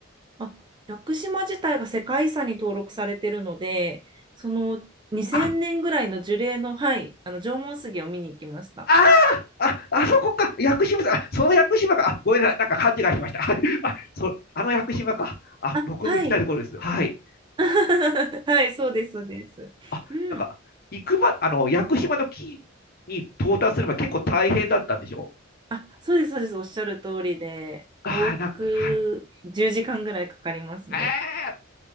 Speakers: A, on the right; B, on the left.
A: あ、屋久島自体が世界遺産に登録されてるので、その2000年ぐらいの樹齢の、
B: あ、
A: はい、あの縄文杉を見に行きました。
B: あーあ、あそこか。屋久島さん、あ、その屋久島か。あ、ごめんなさい、なんか勘違いしました。<laughs> あ、そ、あの屋久島か。あ、
A: あ、
B: 僕も行きたいところです。
A: はい。
B: はい。
A: <laughs> はい、そうです、そうです。
B: あ、
A: うん。
B: なんか、行くま、あの、屋久島の木に到達するまで結構大変だったんでしょ
A: あ、そうです、そうです。おっしゃる通りで、
B: はい、
A: 往復10時間ぐらいかかりますね。
B: なんか、はい。え